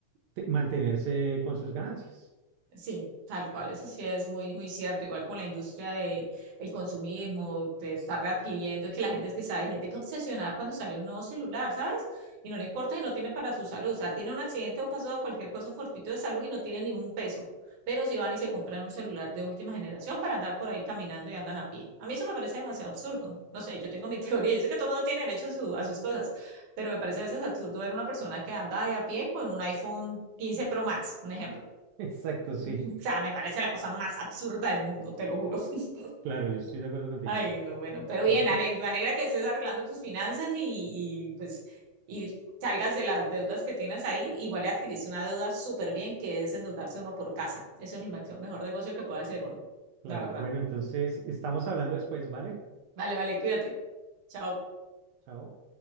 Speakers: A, on the right; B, on the right.
A: te- mantenerse con sus ganancias.
B: Sí, tal cual, eso sí es muy, muy cierto, igual con la industria de el consumismo, de estar adquiriendo, que la gente es que sabe, hay gente que obsesionada cuando sale un nuevo celular, ¿sabes? Y no le importa que no tiene para su salud, o sea, tiene un accidente o pasó cualquier cosa fortuito de salud y no tiene ni un peso, pero si van y se compran un celular de última generación para andar por ahí caminando y andan a pie. A mí eso me parece demasiado absurdo, no sé, yo tengo mi <laughs> teoría, yo sé que todo mundo tiene derecho a, su- a sus cosas, pero me parece a veces absurdo ver una persona que anda de a pie con un iPhone 15 Pro Max, un ejemplo
A: <laughs> Exacto, sí.
B: o sea, me parece la cosa más absurda del mundo, te lo juro. <laughs>
A: Claro, yo estoy de acuerdo contigo.
B: Ay, no, bueno, pero
A: Listo.
B: bien, Ale, me alegra que estés arreglando tus finanzas y, y, pues y salgas de las deudas que tienes ahí. Igual le adquiriste una deuda súper bien, que es endeudarse uno por casa. Eso es el maxi- mejor negocio que puede hacer uno,
A: Claro,
B: la verdad.
A: bueno, entonces estamos hablando después, ¿vale?
B: Vale, vale, cuídate. Chao.
A: Chao.